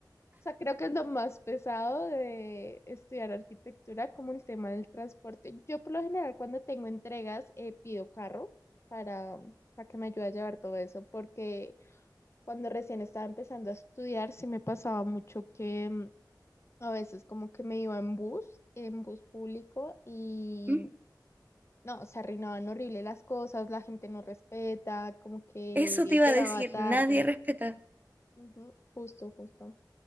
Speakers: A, on the left; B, on the right.
A: O sea, creo que es lo más pesado de estudiar arquitectura, como el tema del transporte. Yo por lo general cuando tengo entregas eh, pido carro para, para que me ayude a llevar todo eso, porque cuando recién estaba empezando a estudiar sí me pasaba mucho que mm, a veces como que me iba en bus, en bus público y
B: Mm.
A: no, se arruinaban horrible las cosas, la gente no respeta, como que
B: Eso te iba
A: llegaba
B: a decir,
A: tarde.
B: nadie respeta.
A: Ujú, justo, justo.